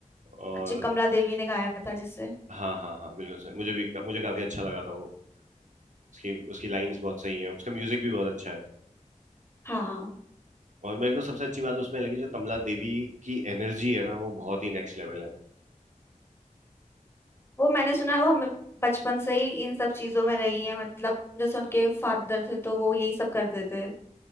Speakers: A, on the right; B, on the left.
A: और
B: जो कमला देवी ने गाया था जिसे
A: हाँ हाँ हाँ बिल्कुल सही मुझे भी मुझे काफी अच्छा लगा था वो उसकी उसकी लाइंस बहुत सही है उसका म्यूजिक भी बहुत अच्छा है
B: हाँ
A: और मेरे को सबसे अच्छी बात उसमें लगी जो कमला देवी की एनर्जी है ना वो बहुत ही नेक्स्ट लेवल है
B: वो मैंने सुना है वो हमें बचपन से ही इन सब चीजों में रही है मतलब जैसे उनके फादर थे तो वो यही सब करते थे